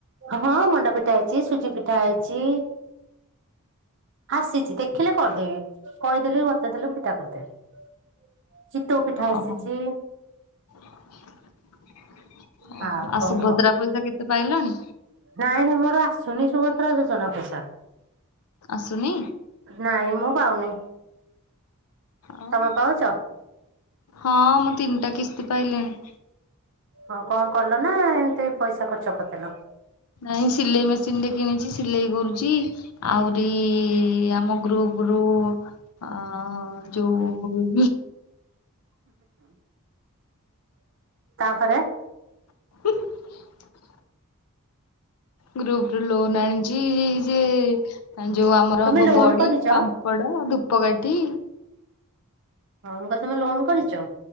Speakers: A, on the right; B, on the left.
A: ହଁ ମଣ୍ଡା ପିଠା ହେଇଛି ସୁଜି ପିଠା ହେଇଛି। ଆସିଛି ଦେଖିଲେ କରିଦେବି କହିଦେଲେ ବି ବଚେଇ ଦେଲେ ମୁଁ ପିଠା କରିଦେବି। ଚିତଉ ପିଠା
B: ଓହୋ
A: ଆସିଛି।
B: <unintelligible>
A: ହଁ
B: ଆଉ
A: କ'ଣ
B: ସୁଭଦ୍ରା
A: କହ?
B: ପଇସା କେତେ ପାଇଲଣି?
A: ନାଇଁ ସେ ମୋର ଆସୁନି ସୁଭଦ୍ରା ଯୋଜନା ପଇସା।
B: ଆସୁନି
A: ନାଇଁ ମୁଁ ପାଉନି।
B: ଆଉ
A: ତମେ ପାଉଛ?
B: ହଁ ମୁଁ ତିନିଟା କିସ୍ତି ପାଇଲିଣି।
A: ହଁ କଣ କଲ ନା? ଏମିତି ପଇସା ଖର୍ଚ୍ଚ କରିଦେଲ।
B: ନାଇଁ ସିଲେଇ ମେସିନଟରେ କିଣିଛି ସିଲେଇ କରୁଛି। ଆହୁରି ଆମ ଗ୍ରୁପ ରୁ ଆମର ଆ ଯୋଉ
A: <inaudible> ତାପରେ
B: <unintelligible> ଗ୍ରୁପ ର ଲୋନ୍ ଆଣିଛି। ଯେ ଯୋଉ ଆମର
A: ତମେ
B: ହବ
A: ଲୋନ
B: ବଡି
A: କରିଛ?
B: ପାମ ପଡ ଧୂପକାଠି
A: ହଁ ମୁଁ କହିଲି ତମେ ଲୋନ୍ କରିଛ?